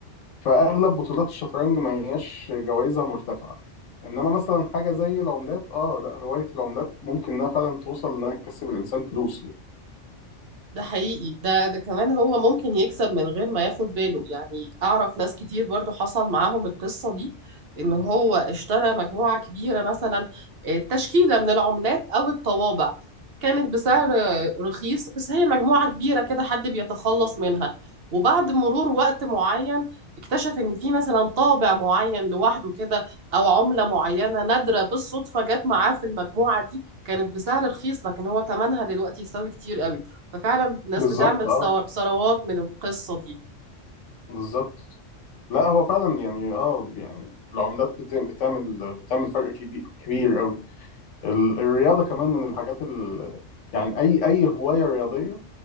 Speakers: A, on the left; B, on the right.
A: فاغلب بطولات الشطرنج ما هياش جوائزها مرتفعه انما مثلا حاجه زي العملات اه لا هوايه العملات ممكن انها فعلا توصل انها تكسب الانسان فلوس يعني
B: ده حقيقي ده ده كمان هو ممكن يكسب من غير ما ياخد باله يعني اعرف ناس كتير برضو حصل معاهم القصة دي ان هو اشترى مجموعة كبيرة مثلا آه، تشكيلة من العملات او الطوابع كانت بسعر آه، رخيص بس هي مجموعة كبيرة كده حد بيتخلص منها وبعد مرور وقت معين اكتشف ان في مثلا طابع معين لوحده كده او عملة معينة نادرة بالصدفة جت معاه في المجموعة دي كانت بسعر رخيص لكن هو ثمنها دلوقتي يساوي كتير قوي ففعلا ناس
A: بالظبط
B: بتعمل
A: اه
B: ثور- ثروات من القصة دي
A: بالظبط لا هو فعلا يعني اه يعني العملات بت- بتعمل بتعمل فرق كبير كبير قوي ال- الرياضه كمان من الحاجات ال يعني اي اي هوايه رياضيه